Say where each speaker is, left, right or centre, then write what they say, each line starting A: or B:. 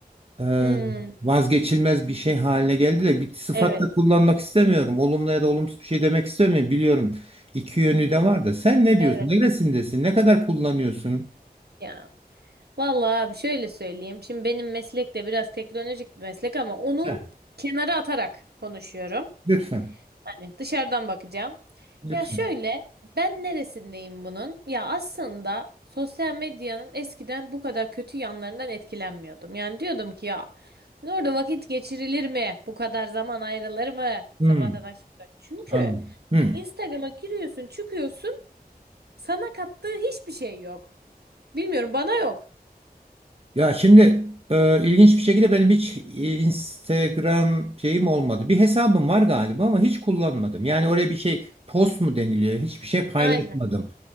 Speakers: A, on the right; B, on the right.
A: e,
B: Hmm,
A: vazgeçilmez bir şey haline geldi de bir sıfat
B: evet,
A: da kullanmak istemiyorum. Olumlu ya da olumsuz bir şey demek istemiyorum. Biliyorum iki yönü de var da. Sen ne
B: evet
A: diyorsun? Neresindesin? Ne kadar kullanıyorsun?
B: ya. Vallahi abi şöyle söyleyeyim. Şimdi benim meslek de biraz teknolojik bir meslek ama onu
A: Heh,
B: kenara atarak konuşuyorum.
A: Lütfen.
B: Yani dışarıdan bakacağım.
A: Lütfen.
B: Ya şöyle ben neresindeyim bunun? Ya aslında sosyal medyanın eskiden bu kadar kötü yanlarından etkilenmiyordum. Yani diyordum ki ya hani orada vakit geçirilir mi? Bu kadar zaman ayrılır mı?
A: Hmm,
B: Sabahtan akşama kadar. Çünkü
A: anladım. Hmm.
B: Instagram'a giriyorsun, çıkıyorsun. Sana kattığı hiçbir şey yok. Bilmiyorum bana yok.
A: Ya şimdi e, ilginç bir şekilde benim hiç e, Instagram şeyim olmadı. Bir hesabım var galiba ama hiç kullanmadım. Yani oraya bir şey post mu deniliyor? Hiçbir şey paylaşmadım.
B: Aynen.